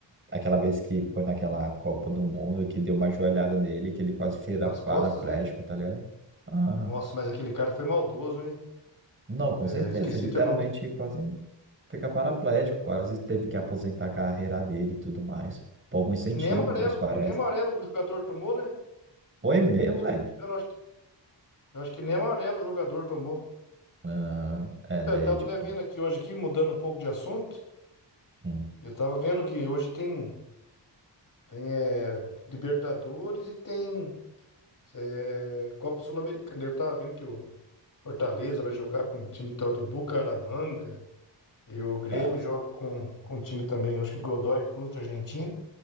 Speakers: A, on the right; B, on the left.
A: Aquela vez que foi naquela Copa do Mundo que deu uma joelhada nele, que ele quase vira
B: Nas
A: paraplégico,
B: costas, né?
A: tá ligado? Aham.
B: Nossa, mas aquele cara foi maldoso, hein?
A: Não, com
B: É,
A: certeza,
B: esqueci
A: literalmente
B: teu nome.
A: quase fica paraplégico, quase teve que aposentar a carreira dele e tudo mais, por alguns centímetros,
B: E nem amarelo,
A: parece.
B: e nem amarelo o jogador tomou, né?
A: Foi mesmo,
B: Se
A: velho?
B: não me engano, eu acho que, eu acho que nem amarelo o jogador tomou.
A: Aham, É,
B: Então,
A: daí
B: eu tava
A: tipo,
B: até vendo aqui hoje, aqui, mudando um pouco de assunto.
A: hum,
B: Eu tava vendo que hoje tem, tem é, Libertadores e tem. É, Copa Sul-Americana. Eu tava vendo que o Fortaleza vai jogar com o time tal do Bucaramanga. E o Grêmio
A: tá,
B: joga com, com o time também, acho que Godoy Cruz da Argentina.